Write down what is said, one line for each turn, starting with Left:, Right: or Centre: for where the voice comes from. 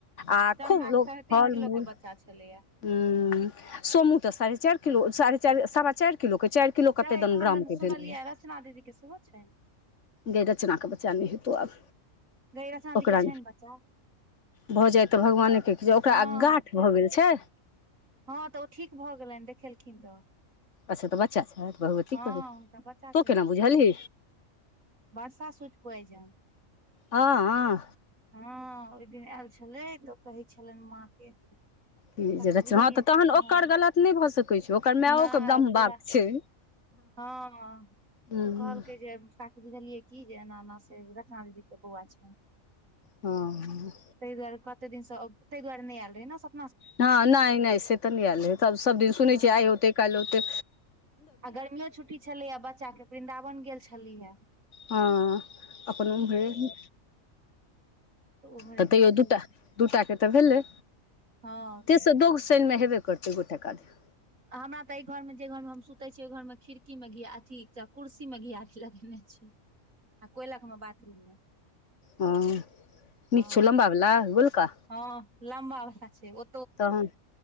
Left: आ
Right: चन्दा
Left: खूब
Right: के
Left: लोक
Right: साढ़े तीन
Left: फल
Right: किलो
Left: मूल
Right: के बच्चा छलैया
Left: ह सोमू तऽ साढ़े चारि किलो साढ़े चारि सारा चारि किलो के चारि किलो कते
Right: गय
Left: दन
Right: कहानन
Left: ग्रामके
Right: सुनलियै
Left: भेलै
Right: रचना दीदी के सेहो छनि
Left: गे रचना के बच्चा ने हेतो आब
Right: गै रचना
Left: ओकरा
Right: दी के छै बच्चा
Left: भऽ जाय तऽ भगवाने के ओकरा
Right: हँ
Left: गाठ
Right: पेट
Left: भऽ गेल छै
Right: हँ तऽ ओ ठीक भऽ गेलनि देखेलखिन तऽ
Left: अच्छा तऽ बच्चा छऽ भगव की
Right: हँ
Left: करबै
Right: हुनका बच्चा
Left: तू केना बुझलही
Right: बर्षा सुूट पोआइजान
Left: हँअ
Right: हँ ओहि दिन आयल छलै तऽ कहै छलनि माँ के
Left: क
Right: काकी
Left: जे र
Right: बुझलियै
Left: ह तऽ
Right: की
Left: तहन
Right: जे
Left: ओकर
Right: हँ
Left: गलत नहि भए सकै छै ओकर मायो
Right: नहि
Left: के ब्रह्म
Right: ओ पूरा
Left: बात छै
Right: हँ
Left: हँ
Right: तऽ कहलकै जे काकी दूझा लिय कि जे हम से रतना दीदी के बौ छै
Left: ह
Right: ता दुआरे केक दिनसँ तहि दुआरे नहि हालल हइै सब
Left: हँ नहि नहि से तऽ नहि आयले है तब सब दिन सुनै
Right: हँ
Left: छै आइ होते काल्हि होते
Right: आ गर्मियो छुट्टी छललै आ बच्चा के वृन्दावन गेल छलेया
Left: हँ अपन भेल
Right: उम्हरे
Left: तऽ तैयो
Right: गेल छलखिन
Left: दूटा दूटा के तऽ भेलै
Right: हँ
Left: ताहिसँ दोग शैनमे हेबे करतै गोटेक आधे
Right: हमरा तऽ एहि घर मे जे घर मे हम सुतै छी ओहि घर मे खिड़की मे घी अथी कुर्सी मे घी छै लगेने आ कोयलख मे बाथरूम मे
Left: हँ कि
Right: हँ
Left: छै लम्बा बाला कि गोलका
Right: हँ लम्बा वाला छै ओ
Left: तहन